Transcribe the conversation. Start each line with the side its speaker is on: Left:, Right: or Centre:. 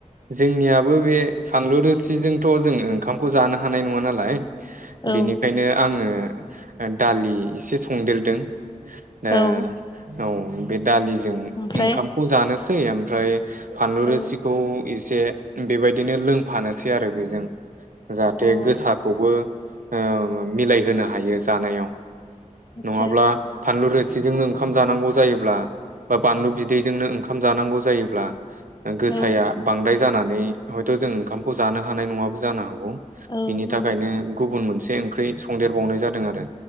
Right: जोंनियाबो बे फानलु रोसिजोंथ' जों ओंखामखौ जानो हानाय नङा नालाय
Left: औ
Right: बेनिखायनो आङो दालि एसे संदेरदों दा
Left: औ
Right: औ बे दालिजों
Left: ओमफ्राय
Right: ओंखामखौ जानोसै ओमफ्राय फानलु रोसिखौ
Left: औ
Right: एसे बेबायदिनो लोंफानोसै आरो बेजों जाहाथे
Left: अ
Right: गोसाखौबो ओ मिलायहोनो हायो जानायाव
Left: आतसा
Right: नङाब्ला फानलु रोसिजोंनो ओंखाम जानांगौ जायोब्ला बा बानलु बिदैजोंनो ओंखाम जानांगौ जायोब्ला गोसाया
Left: औ
Right: बांद्राय जानानै हयथ' जों ओंखामखौ जानो हानाय नङाबो जानो हागौ।
Left: औ
Right: बिनि थाखायनो गुबुन मोनसे ओंख्रि संदेरबावनाय जादों आरो